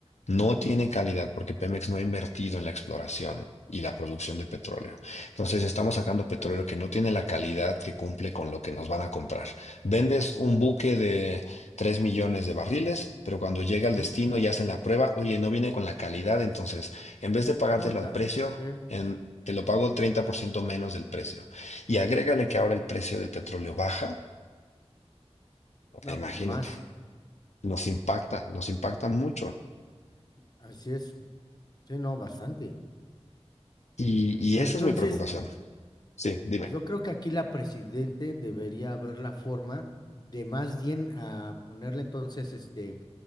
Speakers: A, on the left; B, on the left.
A: no tiene calidad porque Pemex no ha invertido en la exploración y la producción de petróleo, entonces estamos sacando petróleo
B: Claro.
A: que no tiene la calidad que cumple con lo que nos van a comprar. Vendes un buque de 3 millones de barriles, pero cuando llega
B: ujú.
A: al destino y hacen la prueba, oye, no viene con la calidad, entonces en vez de pagártelo
B: Ota,
A: al precio,
B: sí.
A: en- te lo pago 30% menos del precio. Y agrégale que ahora el precio del petróleo baja.
B: No,
A: E Imagínate,
B: pues más.
A: nos impacta, nos impacta mucho.
B: Así es. Sí, no, bastante.
A: Y, y
B: Entonces,
A: esa es mi preocupación. Sí, dime.
B: Yo creo que aquí la presidente debería ver la forma de más bien a ponerle entonces este